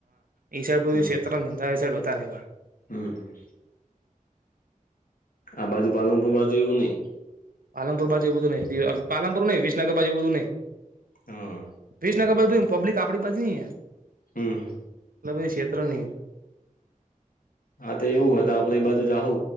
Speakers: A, on the right (about 85°); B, on the left (about 80°).
A: એ સાઈડ બધી
B: હમ્મ
A: ક્ષત્ર ધંધા એ સાઈડ હો હતા ર રહેવા
B: હમ્મ આ બાજુ પાલનપુ બાજુ એવું નહી.
A: પાલનપુર બાજુ એ બધું નઈ પાલનપુર નઈ વિસનગર બાજુ એ બું નઈ.
B: <unintelligible>
A: વિજનગર બધી પબ્લિક આપડી બાજુ નહી યાર.
B: હમ્મ.
A: મતલબ એ ક્ષેત્ર ની.
B: હા તો એવું હો આપડે એ બાજુ જહુ